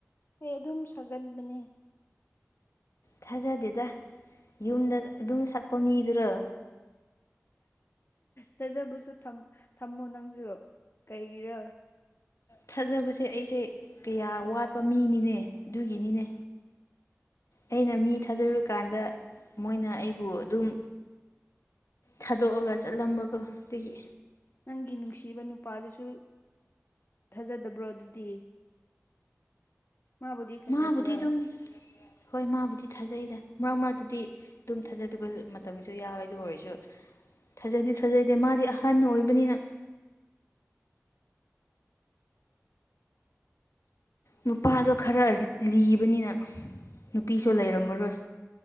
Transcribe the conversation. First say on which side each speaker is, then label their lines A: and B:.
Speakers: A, on the left; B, on the left.
A: ꯍ ꯑꯗꯨꯝ ꯁꯥꯒꯟꯕꯅꯦ
B: ꯊꯥꯖꯗꯦꯗ ꯌꯨꯝꯗ ꯑꯗꯨꯝ ꯁꯛꯄ ꯃꯤꯗꯨꯔꯣ
A: ꯐꯖꯕꯁꯨ ꯊꯝꯃꯣ ꯅꯪꯁꯨ ꯀꯩꯒꯤꯔ
B: ꯊꯥꯖꯕꯁꯦ ꯑꯩꯁꯦ ꯀꯌꯥ ꯋꯥꯠꯄ ꯃꯤꯅꯤꯅꯦ ꯑꯗꯨꯒꯤꯅꯤꯅꯦ ꯑꯩꯅ ꯃꯤ ꯊꯥꯖꯔꯨꯀꯥꯟꯗ ꯃꯣꯏꯅ ꯑꯩꯕꯨ ꯑꯗꯨꯝ ꯊꯥꯗꯣꯛꯑꯒ ꯆꯠꯂꯝꯕꯀꯣ ꯑꯗꯒꯤ
A: ꯅꯪꯒꯤ ꯅꯨꯡꯁꯤꯕ ꯅꯨꯄꯥꯗꯨꯁꯨ ꯊꯥꯖꯗꯕ꯭ꯔꯣ ꯑꯗꯨꯗꯤ ꯃꯥꯕꯨꯗꯤ ꯊꯥꯖꯕ꯭ꯔꯥ
B: ꯃꯥꯕꯨꯗꯤ ꯑꯗꯨꯝ ꯍꯣꯏ ꯃꯥꯕꯨꯗꯤ ꯊꯥꯖꯩꯗ ꯃꯔꯛ ꯃꯔꯛꯇꯨꯗꯤ ꯑꯗꯨꯝ ꯊꯥꯖꯗꯕ ꯃꯇꯝꯁꯨ ꯌꯥꯎꯋꯦ ꯑꯗꯨ ꯑꯣꯏꯔꯁꯨ ꯊꯥꯖꯗꯤ ꯊꯥꯖꯗꯦ ꯃꯥꯗꯤ ꯑꯍꯟ ꯑꯣꯏꯕꯅꯤꯅ ꯅꯨꯄꯥꯗꯣ ꯈꯔ ꯂꯤꯕꯅꯤꯅ ꯅꯨꯄꯤꯁꯨ
A: ꯎꯝ
B: ꯂꯩꯔꯝꯃꯔꯣꯏ